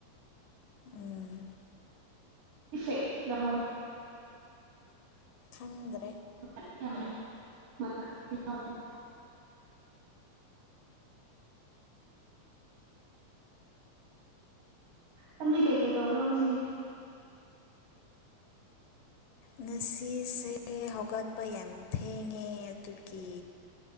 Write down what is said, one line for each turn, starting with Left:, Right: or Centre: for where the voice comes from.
Left: ꯎꯝ
Right: ꯏꯦꯛ ꯌꯥꯝ ꯃꯣꯏ
Left: ꯈꯪꯗ
Right: <unintelligible> <unintelligible> ꯍꯟꯖꯤ ꯀꯩꯀꯩ ꯇꯧꯕ꯭ꯔꯣ ꯁꯤ
Left: ꯉꯁꯤꯁꯦ ꯍꯧꯒꯠ ꯌꯥꯝ ꯊꯉꯦ ꯑꯗꯨꯒꯤ